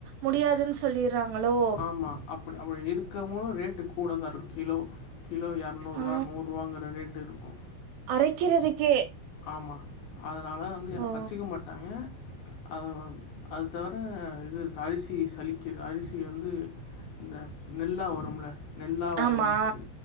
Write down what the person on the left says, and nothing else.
ஆமா அப்டி அப்டி இருக்கவுங்களு ரேட் கூட தா இருகு கிலோ கிலோ எரநூர்ருவா
நூர்ருவாங்கற ரேட் இருக்கு
ஆமா அதுனால வந்து
அ வெச்சுக்க மாட்டாங்க அது <unintelligible> அது தவுர இது அரிசி சலிக்கிறது அரிசி வந்து இந்த நெல்லா வரும்மில்ல நெல்லா வரத
எ